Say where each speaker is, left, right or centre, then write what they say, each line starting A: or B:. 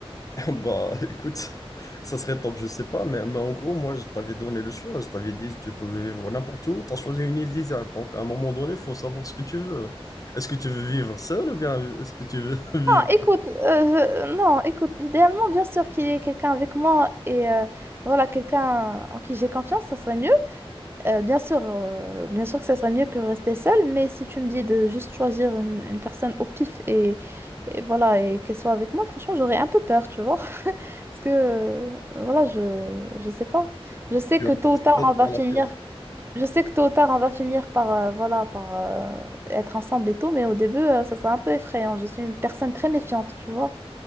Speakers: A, on the left (about 35°); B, on the right (about 25°).
A: <laughs> Bah, écoute, ça serait top, je sais pas, mais, mais en gros, moi, je t'avais donné le choix. Je t'avais dit, tu pouvais vivre n'importe où. Tu as choisi une île déserte. Donc, à un moment donné, il faut savoir ce que tu veux. Est-ce que tu veux vivre seul ou bien est-ce que tu veux <laughs> vivre
B: Ah, écoute, euh, non, écoute, idéalement, bien sûr qu'il y ait quelqu'un avec moi et euh, voilà, quelqu'un en qui j'ai confiance, ça serait mieux. Euh, bien sûr, euh, bien sûr que ça serait mieux que rester seul, mais si tu me dis de juste choisir une, une personne au pif et, et voilà et qu'elle soit avec moi, franchement, j'aurais un peu peur, tu vois. <laughs> Parce que euh, voilà, je je sais pas. Je sais
A: tu
B: que
A: as
B: tôt ou tard
A: une autre
B: on va
A: relation
B: finir. Je sais que tôt ou tard on va finir par euh, voilà par euh, être ensemble et tout, mais au début euh, ça sera un peu effrayant. Je suis une personne très méfiante, tu vois.